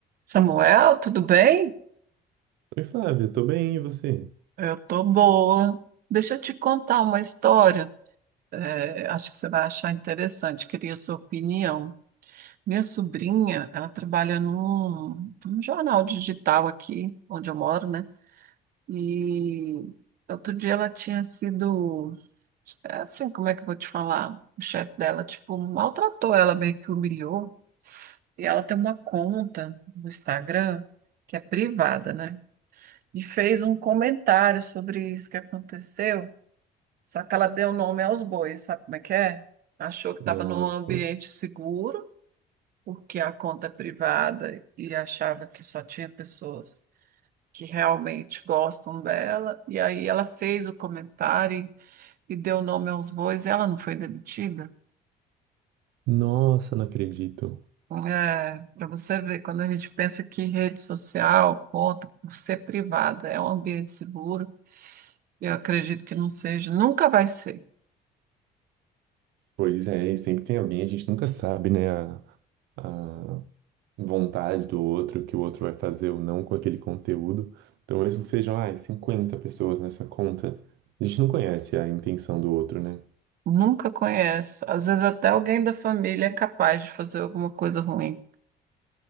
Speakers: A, on the right; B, on the right.
A: Samuel, tudo bem?
B: Oi, Flávia, tô bem, e você?
A: Eu tô boa. Deixa eu te contar uma história. É, acho que você vai achar interessante. Queria sua opinião. Minha sobrinha, ela trabalha num, num jornal digital aqui, onde eu moro, né? E outro dia ela tinha sido, é assim, como é que eu vou te falar? O chefe dela, tipo, maltratou ela, meio que humilhou. E ela tem uma conta no Instagram que é privada, né? e fez um comentário sobre isso que aconteceu. Só que ela deu nome aos bois, sabe como é que é? Achou que estava
B: Nossa,
A: num ambiente seguro, porque a conta é privada e achava que só tinha pessoas que realmente gostam dela. E aí ela fez o comentário e e deu nome aos bois e ela não foi demitida.
B: nossa, não acredito.
A: É, para você ver, quando a gente pensa que rede social, conta por ser privada, é um ambiente seguro, eu acredito que não seja, nunca vai ser.
B: Pois é, e sempre tem alguém, a gente nunca sabe, né, a, a vontade do outro, o que o outro vai fazer ou não com aquele conteúdo. Então, mesmo que sejam, ai, 50 pessoas nessa conta, a gente não conhece a intenção do outro, né?
A: Nunca conhece. Às vezes até alguém da família é capaz de fazer alguma coisa ruim.